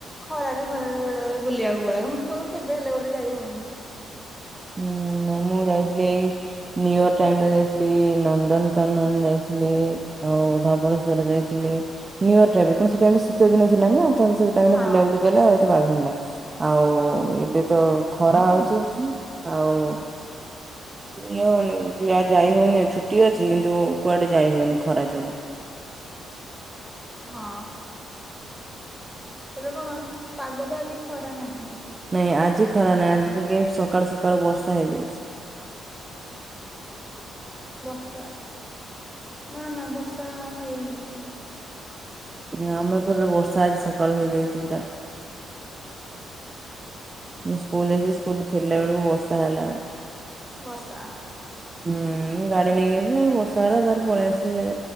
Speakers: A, in the centre; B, on the right.
A: ଖରାରେ ଖରାରେ ବେଳେଳେ ବୁଲିବାକୁ ପଳେଇଲୁ ମୁଁ କହିଲୁ କେବେ ହେଲେ ଗୋଟେ ଯାଇ ହୋଉନି।
B: ହୁଁ ନାଇଁ ମୁଁ ଯାଇଥିଲି ଏଇ ନିୟର୍ ଟାଇମ୍ ଯାଇଥିଲି ନନ୍ଦନକାନନ ଯାଇଥିଲି ଆଉ ଧବଳେଶ୍ୱର ଯାଇଥିଲେ ନିୟର୍ ଟା ବି କଣ ସେଠି ଆମେ ଶୀତ ଦିନ ଥିଲା ନା। ତ ମୁଁ ସେଇ ଟାଇମ୍
A: ହଁ
B: ବୁଲା ବୁଲି ଗଲେ ଆ ଏତ ବାଧିନଥିଲା ଆଉ ଏବେ ତ ଖରା ହୋଉଚି। ଆଉ ଇଏ ହୋଉନି ଯାଇ ହୋଉନି ଆଉ ଛୁଟି ଅଛି କିନ୍ତୁ କୁଆଡେ ଯାଇ ହୋଉନି ଖରା ଯୋଗୁ।
A: ହଁ। ଏବେ କଣ ପାଗ ତ ଆଜି ଖରା ନାହିଁ।
B: ନାଇଁ ଆଜି ଖରା
A: ବର୍ତ୍ତମାନ
B: ନାହିଁ ଆଜି ଟିକେ ସକାଳୁ ସକାଳୁ ବର୍ଷା ହେଇଯାଇଚି।
A: ବର୍ଷା ନା ନା ବର୍ଷା ହେଇନି।
B: ଆମ ଏ ଉପରେ ବର୍ଷା ଆଜି ସକାଳୁ ହେଇଯାଇଛି ପୁରା। ମୁଁ ସ୍କୁଲ ଯାଇଥିଲି ସ୍କୁଲ ଫେରିଲା ବେଳକୁ ବର୍ଷା ହେଲା।
A: ବର୍ଷା।
B: ହୁଁ ଗାଡି ନେଇକି ଯିବି ବର୍ଷା ହେଲା ତାପରେ ପଳେଇ ଆସିଲି ସେ